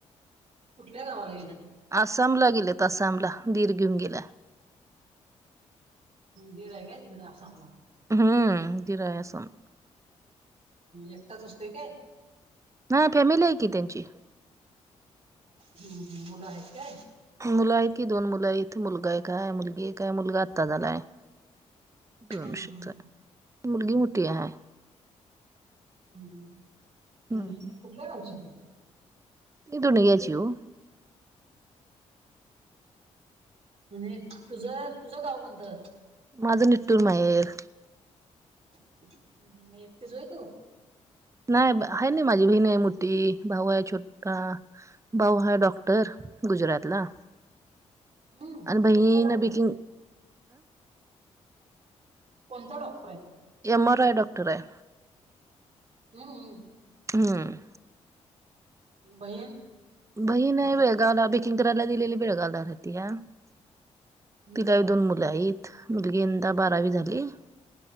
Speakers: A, on the right; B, on the right.
A: कुठल्या गावाला गेले आहेत
B: आसामला गेलेत आसामला दीर घेऊन गेला आहे.
A: दिलाय काय तिकडे आसामला?
B: हम्म, दिलाय असन.
A: एकटाच असतोय काय?
B: ह फॅमिली आहे की त्यांची.
A: हम्म, मुल आहेत का?
B: मुल आहे की दोन मुल आहे एक मुलगा आहे एक मुलगी आहे मुलगा आता झालाय. दोन
A: हा
B: शेत
A: हा
B: हाय मुलगी मोठी हाय.
A: हम
B: हम्म
A: हम आणि कुठल्या गावची विहीर
B: मी दोनग्याची हो.
A: आणि तुझ, तुझं गाव कोणतं?
B: माझं निटूल माहेर
A: हम हम एकटीच होय तू?
B: नाही आहे न माझी बहिण आहे मोठी भाऊ आहे छोटा भाऊ आहे डॉ. गुजरातला
A: हम्म
B: आणि बहिण
A: कोणता
B: आहे
A: डॉक्टर?
B: न बाकी
A: कोणता डॉक्टर आहे
B: एम. आर. आर. डॉक्टर आहे
A: हम्म, हम्-
B: हम्म.
A: बहिण
B: बही नाही बेळगावला बेकिग कराय दिललशशशौ
A: हम्म.
B: तिला दोन मुल आहेत मुलगी यंदा बारावी झाली आहे.